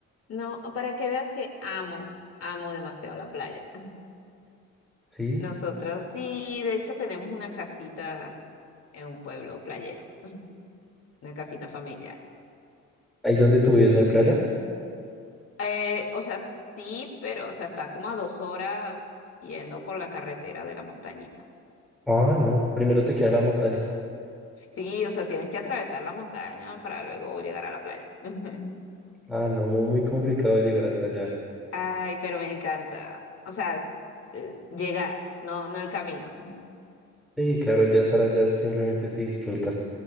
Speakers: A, on the left; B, in the centre.
A: No, para que veas que amo, amo demasiado la playa. <laughs>
B: ¿Sí?
A: Nosotros sí, de hecho tenemos una casita en un pueblo playero, <laughs> una casita familiar.
B: ¿Ahí donde tú vives no hay playa?
A: Eh, o sea, sí, pero o sea, está como a dos horas yendo por la carretera de la montañita.
B: Ah, no, primero te queda la montaña.
A: Sí, o sea, tienes que atravesar la montaña para luego llegar a la playa. <laughs>
B: Ah, no, muy, muy complicado llegar hasta allá.
A: Ay, pero me encanta. O sea, eh, llegar, no, no el camino.
B: Sí, claro, ya estar allá simplemente se disfruta.